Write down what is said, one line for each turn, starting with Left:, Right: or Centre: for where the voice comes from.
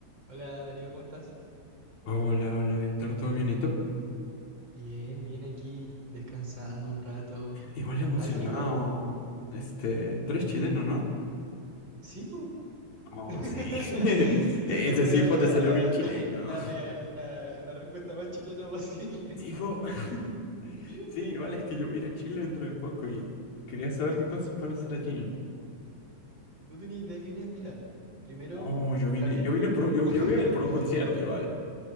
Right: Hola Darío, ¿cómo estás?
Left: Hola, hola, Víctor, ¿todo bien? ¿Y tú?
Right: Bien, bien aquí, descansando un rato. Oye,
Left: Igual
Right: Nostálgico.
Left: emocionado. Este, tú eres chileno, ¿no?
Right: Sí, po.
Left: Oh,
Right: <laughs>
Left: sí. <laughs> Ese
Right: Te te puede
Left: Sifo
Right: dar la,
Left: te salió
Right: la,
Left: bien chileno.
Right: la, la, real- la- la respuesta más chilena posible.
Left: Sifo.
Right: <laughs>
Left: <laughs>
Right: Sí, po.
Left: Sí, igual es que yo voy a ir a Chile dentro de poco y quería saber qué cosas pueden
Right: Oh,
Left: hacer allí.
Right: no tenía idea que venías a mirar. Primero,
Left: Oh, yo
Right: juntarte
Left: vine, yo
Right: conmigo.
Left: vine por, yo,
Right: <laughs>
Left: yo voy a ir por un concierto igual.